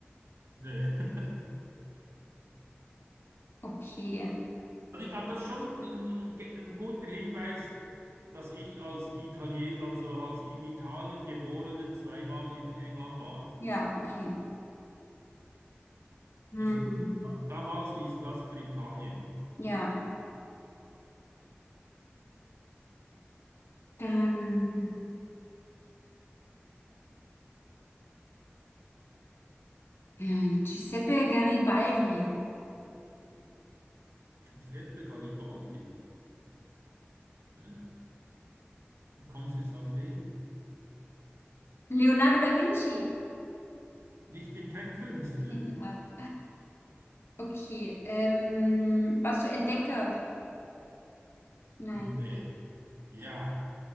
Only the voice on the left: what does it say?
Okay,
ja, okay. Hm.
Ja, dann äh, Giuseppe Garibaldi.
Leonardo da Vinci. <laughs>
Ja, okay. Ähm, warst du Entdecker? Nein,